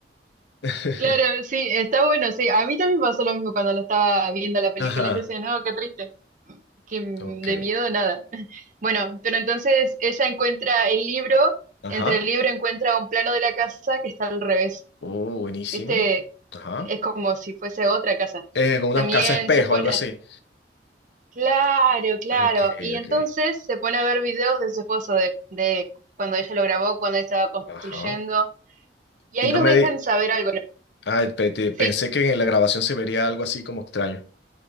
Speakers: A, on the left; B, on the right.
A: <laughs>
B: Claro, sí, está bueno, sí. A mí también pasó lo mismo cuando la estaba viendo la película.
A: Ajá,
B: Yo decía, no, qué triste, que mm,
A: ok,
B: de miedo nada. Bueno, pero entonces ella encuentra el libro,
A: ajá.
B: entre el libro encuentra un plano de la casa que está al revés.
A: Oh, buenísimo.
B: ¿Viste?
A: Ajá.
B: Es como si fuese otra casa.
A: Eh, con una
B: También
A: casa espejo,
B: se pone,
A: algo así.
B: claro, claro.
A: Ok,
B: Y entonces
A: ok.
B: se pone a ver videos de su esposo, de, de cuando ella lo grabó, cuando ella estaba construyendo.
A: Ajá.
B: Y ahí
A: Y no
B: nos
A: me
B: dejan
A: di...
B: saber algo, ¿no?
A: Ah, pe- te- pensé
B: Sí,
A: que en la grabación se vería algo así como extraño.